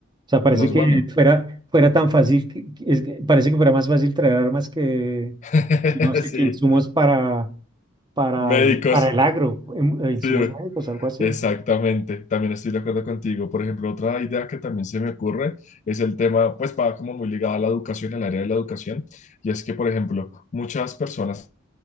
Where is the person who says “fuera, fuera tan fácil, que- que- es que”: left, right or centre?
Right